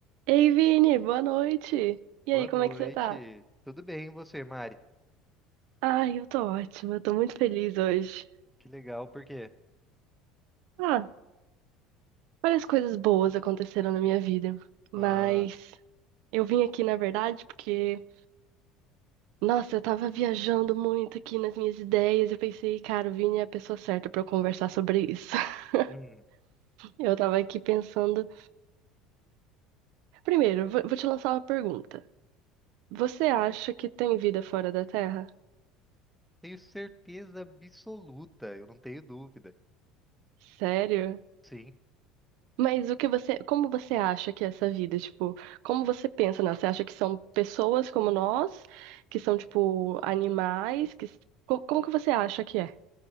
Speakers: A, on the right; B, in the centre.
A: Ei, Vini, boa noite! E
B: Boa
A: aí,
B: noite.
A: como é que você tá?
B: Tudo bem, e você, Mari?
A: Ai, eu tô ótima, eu tô muito feliz hoje.
B: Que legal, por quê?
A: Ah, várias coisas boas aconteceram na minha vida, mas
B: Ah,
A: eu vim aqui, na verdade, porque, nossa, eu tava viajando muito aqui nas minhas ideias e eu pensei, cara, o Vini é a pessoa certa pra eu conversar sobre isso. <laughs>
B: hum,
A: Eu tava aqui pensando. Primeiro, vou vou te lançar uma pergunta. Você acha que tem vida fora da Terra?
B: tenho certeza absoluta, eu não tenho dúvida.
A: Sério?
B: Sim.
A: Mas o que você, como você acha que é essa vida? Tipo, como você pensa nela? Você acha que são pessoas como nós, que são, tipo, animais? Que... co- Como, que você acha que é?